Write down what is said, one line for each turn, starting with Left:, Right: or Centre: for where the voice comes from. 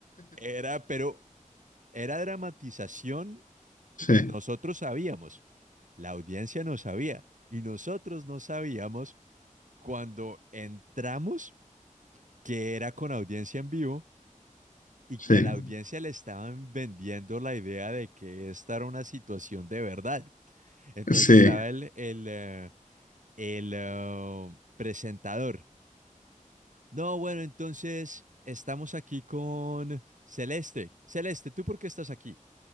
Right: era, pero era dramatización.
Left: Sí,
Right: Nosotros sabíamos, la audiencia no sabía, y nosotros no sabíamos cuando entramos que era con audiencia en vivo y
Left: sí,
Right: que a la audiencia le estaban vendiendo la idea de que esta era una situación de verdad. Entonces
Left: sí.
Right: estaba el, el, eh, el, eh, presentador. No, bueno, entonces estamos aquí con Celeste. Celeste, ¿tú por qué estás aquí?